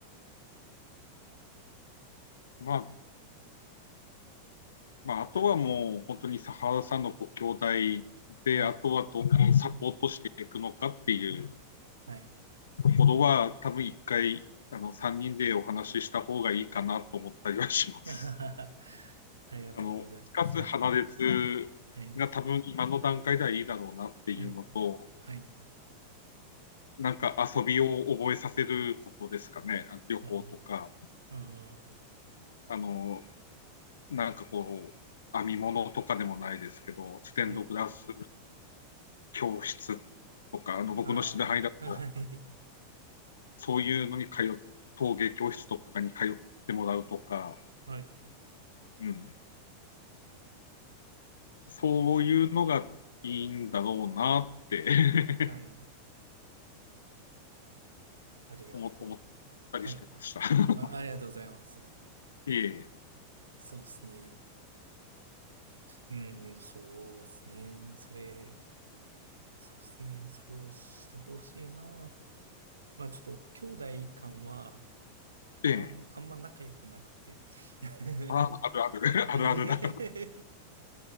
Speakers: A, on the left (about 65°); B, on the right (about 75°).
A: <laughs> まあ、まあ、あとはもう、本当に佐原さんのご兄弟で、
B: はい、
A: あとはどうサポートしていくのかっていう
B: はい。
A: ところは、多分一回、あの、3人でお話しした方がいいかなと思ったりはします。
B: <laughs> ありがとうございます。
A: あの、かつ鼻熱が多分今の段階ではいいだろうなっていうのと、
B: はい、はい、はい、はい。
A: なんか遊びを覚えさせることですかね。あの旅行とか、
B: うん、あー
A: あの、なんかこう、編み物とかでもないですけど、ステンドグラス
B: はい。
A: 教室とか、あの、僕の知り合いだと、
B: ああ、はい、
A: そういうのに通っ、陶芸教室とかに通ってもらうとか、
B: はい、
A: うん、そういうのがいいんだろうなって
B: はい。ありがと
A: <laughs> 思ったりしてました。
B: う。はい。
A: <laughs>
B: あ、ありがとうございます。
A: いえいえ。
B: そうですね。うん、そうですね。それ、そうですね。そうしてほしいな。まあちょっと、兄弟間は、
A: ええ。
B: あん、あんま仲良くなくて。<laughs>
A: ああ、あるある、<laughs>
B: はい。
A: あるあるだ。
B: <laughs>